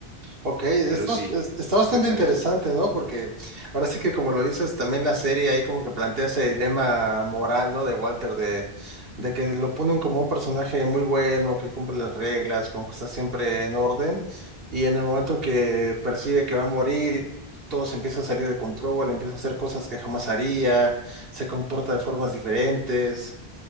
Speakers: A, on the right; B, on the right.
A: Ok, está,
B: pero sí,
A: bas- es- está
B: eso
A: bastante
B: te cuento.
A: interesante, ¿no? Porque ahora sí que como lo dices, también la serie ahí como que plantea ese dilema moral, ¿no? De Walter, de, de que lo ponen como un personaje muy bueno, que cumple las reglas, como que está siempre en orden, y en el momento que percibe que va a morir, todo se empieza a salir de control, empieza a hacer cosas que jamás haría, se comporta de formas diferentes.